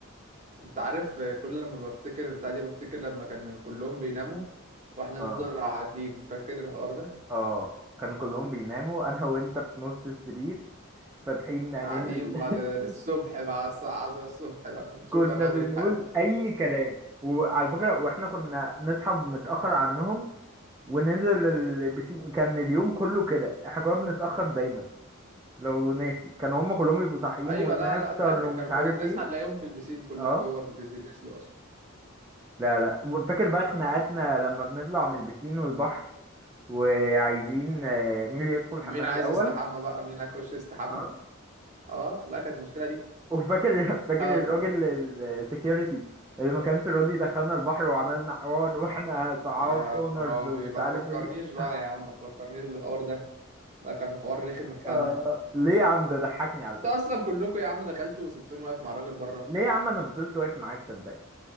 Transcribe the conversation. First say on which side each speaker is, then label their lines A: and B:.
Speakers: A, on the right (about 35°); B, on the right (about 15°).
A: انت عارف آه، كل لما بفتكر البتاع دي بفتكر لما كان كلهم بيناموا واحنا
B: اه
A: نفضل قاعدين فاكر الحوار ده
B: اه كانوا كلهم بيناموا انا وانت في نص السرير فاتحين عينينا
A: قاعدين
B: ال-
A: بقى لل- للصبح بقى الساعة 10 الصبح بقى بنشوف
B: <laughs> كنا
A: هنعمل
B: بنقول
A: ايه في حياتنا
B: اي كلام وعلى فكرة واحنا كنا نصحى متأخر عنهم وننزل البسين كان اليوم كله كده احنا كنا بنتأخر دايما لو ناسي كانوا هم كلهم يبقوا صاحيين
A: ايوه
B: ونفطر
A: لا لا فاكر
B: ومش
A: كانوا
B: عارف
A: كل نصحى
B: ايه
A: نلاقيهم في البسين كلهم
B: اه
A: جوه في البسين يسلوا اصلا
B: لا لا فاكر بقى خناقاتنا لما بنطلع من البسين والبحر وعايزين آه، مين اللي يدخل الحمام
A: مين عايز
B: الاول
A: يستحمى بقى مين هيخش يستحمى
B: اه
A: اه لا كانت المشكلة دي
B: وفاكر <laughs> فاكر
A: هبقى
B: الراجل السكيورتي اللي ما كانش راضي يدخلنا البحر وعملنا حوار واحنا صعاب
A: آه
B: اونرز
A: خرابي
B: ومش
A: ما
B: عارف
A: تفكرنيش
B: ايه
A: بقى يا عم ما تفكرنيش بالحوار ده ده كان حوار رخم رخامة
B: آه. ليه يا عم ده ضحكني على
A: انت
B: فكرة
A: اصلا كلكم يا عم دخلتوا وسبتوني واقف مع الراجل بره
B: ليه يا عم انا فضلت واقف معاك صدقني